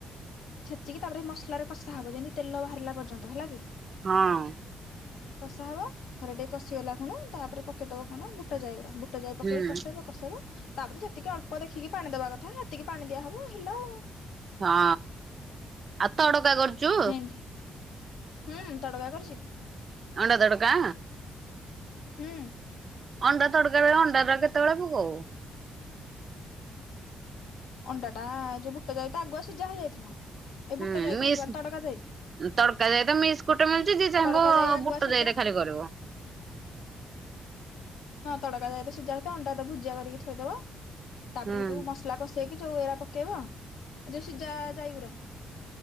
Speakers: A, on the left (about 70°); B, on the right (about 45°).
A: ଛେଚିକି ତାପରେ ଏ ମସଲାରେ କଷା ହବ ଯେମିତି ତେଲ ବାହାରିଲା ପର୍ଯ୍ୟନ୍ତ ହେଲା କି?
B: ହଁ।
A: କଷା ହବ ହେରା ଟିକେ କଷିଗଲା ଖୁଣୁ ତାପରେ ପକେଇଦବ କଣ ବୁଟ ଜାଇଗୁରା ବୁଟ ବୁଟ ଜାଇ ପକେଇକି
B: ହୁଁ
A: କସେଇବ କସେଇବ ତାପରେ ଯେତିକି ଅଳ୍ପ ଦେଖିକି ପାଣି ଦବା କଥା ହେତିକି ପାଣି ଦିଆହବ ହେଲା ଆଉ
B: ହଁ, ଆଉ ତଡକା କରୁଚୁ?
A: ହେନ୍ତି ହୁଁ ତଡକା କରିଚି।
B: ଅଣ୍ଡା ତଡକା
A: ହୁଁ।
B: ଅଣ୍ଡା ତଡକାରେ ଅଣ୍ଡାଟା କେତେବେଳେ ପକଉ?
A: ଅଣ୍ଡା ଟା ଯୋଉ ବୁଟ ଜାଇ ତ ଆଗୁଆ ସିଝା ହେଇଯାଇଥିବ। ଏ
B: ହୁଁ
A: ବୁଟ ଜାଇକୁ
B: ମିସ୍
A: ତଡକା ଦେଇ
B: ତଡକା ଯାଇ ତ ମିସ୍କି ମିଳୁଚି ଯିଏ ଯାହାକୁ
A: ତଡକା ଯାଇ ଆଗୁଆ
B: ବୁଟ
A: ସିଝା
B: ଜାଇରେ ଖାଲି କରିବ
A: ହଁ, ତଡକା ଜାଇ ତ ସିଝା ହେଇଥିବ ଅଣ୍ଡା ଭୁଜିଆ କରିକି ଥୋଇଦବ ତାପରେ
B: ହୁଁ
A: ହେଠୁ ମସଲା କସି ସେଇକି ଯୋଉ ଏରା ପକେଇବ ଯୋଉ ସିଝା ଜାଇ ଗୁରା